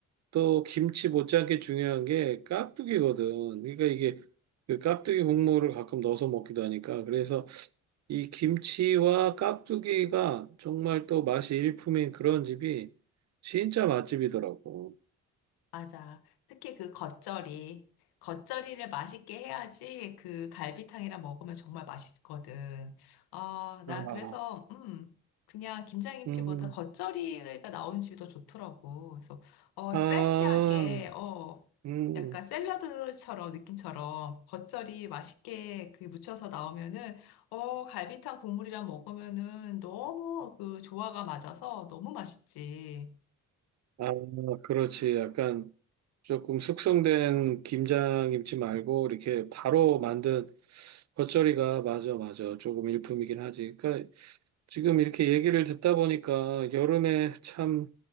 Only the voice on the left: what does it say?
맞아. 특히 그 겉절이. 겉절이를 맛있게 해야지 그 갈비탕이랑 먹으면 정말 맛있거든. 어, 나
그래서, 음, 그냥 김장김치보다
겉절이가 나온 집이 더 좋더라고. 그래서, 어,
프레쉬하게, 어,
약간 샐러드처럼, 느낌처럼 겉절이 맛있게 그 무쳐서 나오면은, 어, 갈비탕 국물이랑 먹으면은 너무 그 조화가 맞아서 너무 맛있지.